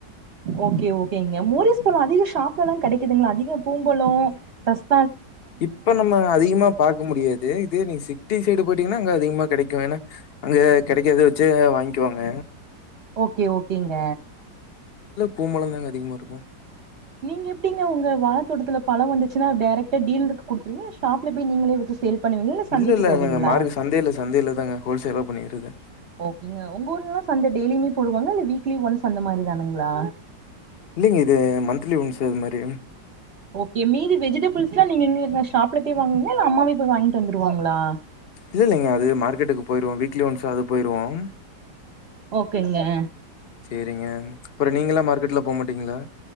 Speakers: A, on the right (about 50°); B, on the left (about 45°).
A: ஓகே ஓகேங்க மோரிஸ் பழம் அதிக சாப் சலாம் கிடைக்குதுங்களா அதிக பூம்பழம் ரஸ்
B: இப்ப நம்ம அதிகமா பாக்க முடியாது இது நீ சிட்டி சைடு போயிட்டீங்கன்னா அங்க அதிகமா கெடைக்கும் ஏன்னா அங்க கெடைக்கத வச்சு வாங்கிக்குவாங்க
A: ஓக்கே ஓக்கேங்க
B: பூம் பழம் தாங்க அதிகமா இருக்கும்
A: நீங்க எப்படிங்க உங்க வாழத்தோட்டத்துல பழ வந்துச்சுா டைரக்டா டீலருக்கு குடுத்துருங்க இல்ல ஷாப்ல போய் நீங்களே வச்சு சேல் பண்ணுவீங்களா சந்தைக்கு
B: இல்ல இல்லங்க
A: போவீங்களா
B: மார்கட் சந்தேல சந்தேல தாங்க ஹோல்சேலா பண்ணிரது
A: ஓகேங்க உங்க ஊர் எல்லாம் சந்த டெய்லியுமே போடுவாங்க இல்ல வீக்லி ஒன்ஸ் அந்த மாரி தானுங்களா
B: இல்லைங்க இது மன்த்திலி ஒன்ஸ் அது மாரி
A: ஓகே மீதி வெஜிடபிள்ஸ் எல்லாம் நீங்க எங்க ஷாப்ல போய் வாங்குவீங்ளா இல்ல அம்மாவே போய் வாங்கிட்டு வந்துருவாங்களா
B: இல்ல இல்லங்க அது மார்க்கெட்டுக்கு போய்ருவோம் வீக்லி ஒன்ஸாது போய்ருவோம்
A: ஓக்கேங்க
B: சேரிங்க அப்பறோ நீங்கள்ளா மார்க்கெட்லா போமாட்டீங்களா